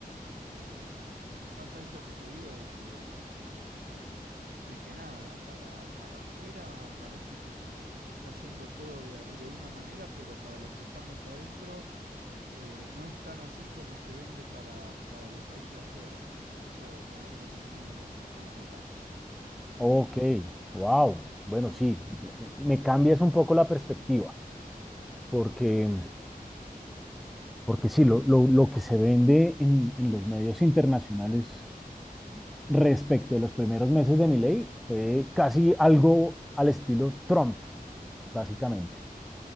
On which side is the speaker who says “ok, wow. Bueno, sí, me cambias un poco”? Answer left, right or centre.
Centre